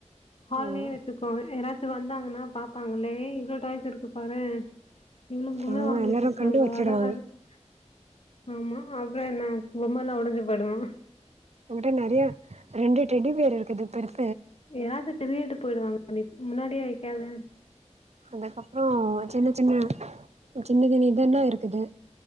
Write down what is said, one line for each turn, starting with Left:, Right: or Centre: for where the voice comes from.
Left: ஹால்லேயே
Right: ம்
Left: வெச்சுக்கோ யாராச்சும் வந்தாங்கன்னா பாப்பாங்களே இவ்ளோ டாய்ஸ் இருக்கு பாறே இவ்ளோ பொம்மே
Right: ம்
Left: வாங்கி
Right: எல்லாரு
Left: வெச்சிருக்காங்க
Right: கண்டு வச்சிடுவாங்க
Left: அழகா இருக்கு ஆமா அப்ரோ என்ன பொம்மலா ஒடஞ்சி போய்டுமா
Right: ஏ கிட்ட நெறைய ரெண்டு டெடிபியர் இருக்குது பெருஸ்
Left: எதாச்சி திருடிட்டு போயிடுவாங்க அத முன்னாடியே வைக்காத
Right: அதுக்கப்ரோ சின்ன சின்ன சின்னது இதெல்லா இருக்குது